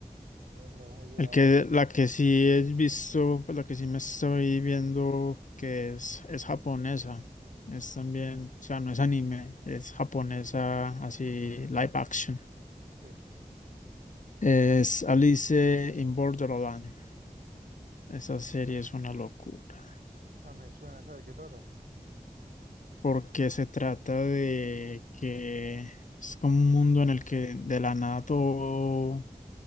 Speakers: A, on the right (about 70°); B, on the left (about 60°).
A: No, no las he llegado
B: El que,
A: a ver.
B: la que sí he visto, pues, la que sí me estoy viendo, que es, es japonesa. Es también, o sea, no es anime, es japonesa, así, live action.
A: Sí. O
B: Es Alice in Borderland. Esa serie es una locura.
A: sea, me suena, ¿sabes de qué tratan?
B: porque se trata de que es como un mundo en el que de la nada todo, o